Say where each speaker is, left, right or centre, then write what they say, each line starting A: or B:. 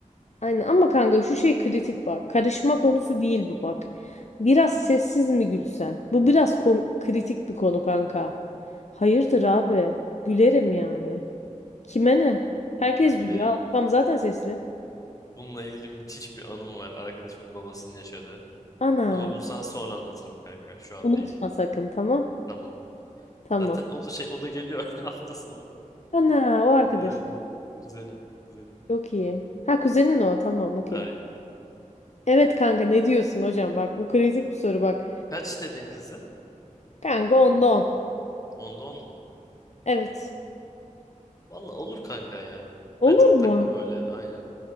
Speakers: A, on the left (about 55°); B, on the left (about 25°).
A: Aynen ama kanka şu şey kritik bak. Karışma konusu
B: <laughs> Hı.
A: değil bu bak. Biraz sessiz mi gülsen? Bu biraz kom- kritik bir konu kanka. Hayırdır abi? Gülerim yani. Kime ne? Herkes
B: Ay
A: gülüyor.
B: benim
A: Tam zaten sesli.
B: bununla ilgili müthiş bir anım var. Arkadaşımın babasının yaşadığı.
A: Ana.
B: Ama bunu sana sonra anlatırım kanka. Şu an
A: Unutma
B: değil.
A: sakın tamam?
B: Tamam.
A: Tamam.
B: Zaten o da şey o da geliyor <laughs> hafta sonu.
A: Ana o arkadaşı.
B: Aynen. Güzelim. Güzelim.
A: Çok iyi. Ha kuzenin o tamam okey.
B: Aynen.
A: Evet kanka ne diyorsun hocam? Bak bu kritik bir soru bak.
B: Kaç dedin kızı?
A: Kanka onda on.
B: Onda on mu?
A: Evet.
B: Valla olur kanka ya.
A: Olur
B: Ben çok
A: mu?
B: takmam öyle. Aynen.